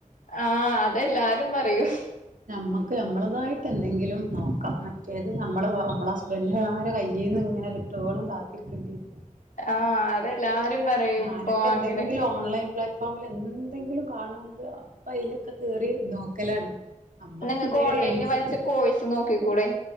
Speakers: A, on the left (about 70°); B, on the right (about 80°).
A: ആഹ് അതെല്ലാരും പറയും
B: നമ്മുക്ക് നമ്മളതായിട്ട് എന്തെങ്കിലും നോക്കാം. മറ്റേത് നമ്മളെ നമ്മെ ഹസ്ബൻന്റിന്റെ ആ ഒരുകയ്യിന്ന് നി അങ്ങനെ കിട്ടോളും കാത്തിരിക്കേണ്ടിരും.
A: ആഹ് അതെല്ലാരും പറയും
B: ഞാനൊക്കെ
A: ഇപ്പൊ
B: എന്തെങ്കിലും
A: അങ്ങനെയൊക്കെ
B: ഓൺലൈൻ പ്ലാ ഫോമ്ൽ എന്തെങ്കിലും കാണുമ്പ അപ്പ അയ്ലൊക്കെ കേറി നോക്കലാണ്. നമ്മക്ക്
A: നിങ്ങൾക്ക്
B: എന്തേ
A: ഓൺലൈനിൽ
B: ഒരു ഏണിങ്സ്
A: വലിച്ച കോയ്സുംനോക്കി കൂടെ,